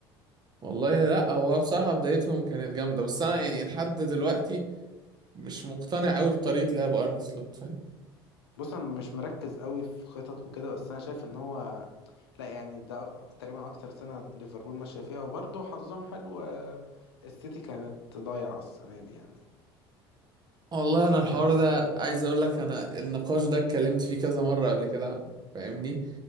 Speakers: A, on the right; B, on the left.
A: والله لا هو بصراحة بدايتهم كانت جامدة بس انا يعني لحد دلوقتي مش مقتنع قوي بطريقة لعب ارني سلوت فاهم
B: بص انا مش مركز قوي في خطط وكده بس انا شايف ان هو لا يعني ده تقريبا اكتر سنه ليفربول ماشيه فيها وبرضه حظهم حلو آه، السيتي كانت ضايعه السنه دي يعني
A: والله انا الحوار
B: يس.
A: ده عايز اقول لك انا النقاش ده اتكلمت فيه كذا مره قبل كده فاهمني